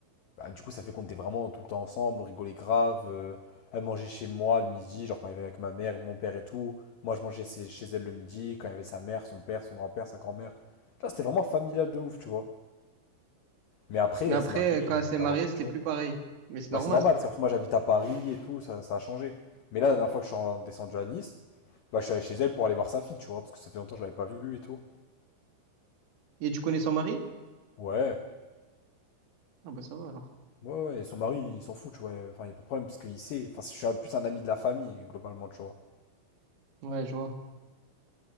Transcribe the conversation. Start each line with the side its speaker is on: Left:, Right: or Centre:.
Left: Bah, du coup, ça fait qu'on était vraiment tout le temps ensemble, on rigolait grave. euh, elle mangeait chez moi le midi, genre quand elle était avec ma mère, mon père et tout. Moi, je mangeais chez chez elle le midi, quand il y avait sa mère, son père, son grand-père, sa grand-mère. Là, c'était vraiment familial de ouf, tu vois. Mais après,
Right: Mais
Left: elle
Right: après,
Left: s'est mariée,
Right: euh, quand
Left: je ne
Right: elle s'est mariée,
Left: la vois plus,
Right: c'était
Left: tu
Right: plus
Left: vois.
Right: pareil. Mais c'est
Left: Bah,
Right: normal.
Left: c'est normal, parce qu'après, moi, j'habite à Paris et tout, ça, ça a changé. Mais là, la dernière fois que je suis en- descendu à Nice, bah, je suis allé chez elle pour aller voir sa fille, tu vois, parce que ça fait longtemps que je l'avais pas vue et tout.
Right: Et tu connais son mari?
Left: Ouais,
Right: Ah bah ça va alors.
Left: ouais, ouais, et son mari, il s'en fout, tu vois. Enfin, il n'y a pas de problème, parce qu'il sait. Enfin, je suis un- plus un ami de la famille, globalement, tu vois.
Right: Ouais, je vois.